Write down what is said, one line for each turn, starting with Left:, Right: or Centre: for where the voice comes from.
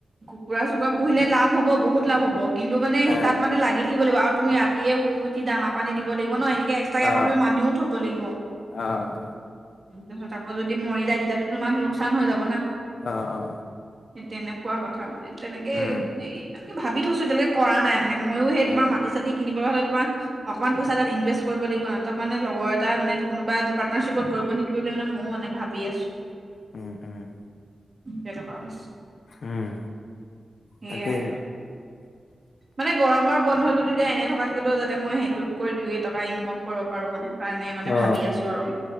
Right: কুকুৰা-চুকুৰা পুহিলে লাভ হ'ব, বহুত লাভ হ'ব। কিন্তু মানে
Left: অ
Right: তাত মানে লাগি থাকিব লাগিব আৰু- তুমি ৰাতিয়ে শুই উঠি দানা-পানী দিব লাগিব ন'? এনেকে এক্সটাকে
Left: অ
Right: আকৌ তুমি মানুহো থ'ব লাগিব।
Left: অ'।
Right: তাৰপিছত আকৌ যদি মৰি যায়, তেতিয়াতো তোমাক লোকচান হৈ যাব না!
Left: অ', অ'।
Right: সেই তেনেকুৱা কথা মানে, তেনেকে
Left: উম
Right: মানে মানে কি ভাবি থৈছো, এতিয়ালৈকে কৰা নাই মানে! মানে ময়ো সেই তোমাৰ
Left: উম
Right: মাটি-চাতি কিনিবলৈ হ'লে তোমাৰ, অকনমান পইচা তাত ইনভেষ্ট কৰিব লাগিব ন'? তাৰমানে লগৰ টা মানে কোনোবা পাৰ্টনাৰশ্বিপত কৰিব নেকি বুলি মানে, ময়ো এনে ভাবি আছো।
Left: উম, উম।
Right: <unintelligible>
Left: উম।
Right: সেয়াই
Left: তাকেই।
Right: মানে গৰমৰ বন্ধতো তেতিয়া এনে থকাতকৈতো যাতে মই সেইটোত কৰি দুই, এটকা ইনকম কৰিব পাৰো মানে! কাৰণ মানে
Left: অ
Right: ভাবি আছো আৰু!